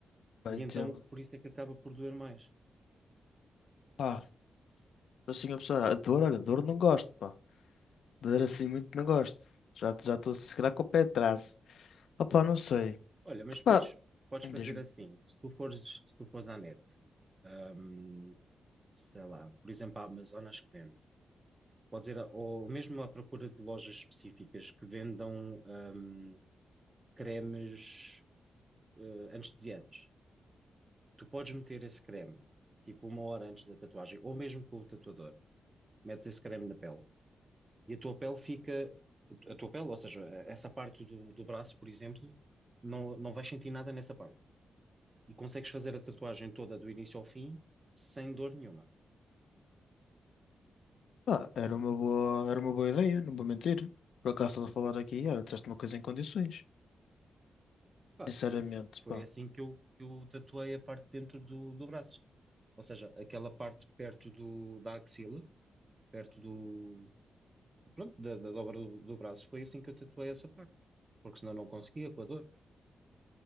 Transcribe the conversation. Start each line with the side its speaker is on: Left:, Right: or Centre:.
Left: Pá,
Right: E
Left: entendo.
Right: então por isso é que acaba por doer mais.
Left: Pá, assim a pessoa, a dor, olha, dor não gosto, pá. Dor assim muito não gosto. Já já estou se calhar com o pé atrás. Opá, não sei.
Right: Olha, mas podes,
Left: Pá,
Right: podes fazer
Left: diz-me.
Right: assim, se tu fores, se tu fores à net, hum, sei lá, por exemplo, a Amazon acho que vende. Pode ser, ou mesmo à procura de lojas específicas que vendam hum, cremes eh, anestesiantes. Tu podes meter esse creme, tipo uma hora antes da tatuagem, ou mesmo com o tatuador, metes esse creme na pele e a tua pele fica, a tua pele, ou seja, essa parte do, do braço, por exemplo, não, não vais sentir nada nessa parte. E consegues fazer a tatuagem toda do início ao fim sem dor nenhuma.
Left: Pá, era uma boa, era uma boa ideia, não vou mentir. Por acaso estás a falar aqui, olha, disseste uma coisa em condições.
Right: Pá,
Left: Sinceramente,
Right: eu- foi
Left: pá.
Right: assim que eu, que eu tatuei a parte dentro do, do braço. Ou seja, aquela parte perto do, da axila, perto do, pronto, da, da dobra do, do braço, foi assim que eu tatuei essa parte, porque senão não conseguia com a dor.